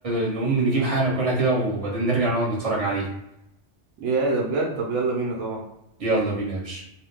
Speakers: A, on the right; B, on the right.
A: نقوم نجيب حاجة ناكلها كده وبعدين نرجع نقعد نتفرج عليه
B: يا ده بجد طب يلا بينا طبعا
A: يلا بينا يا باشا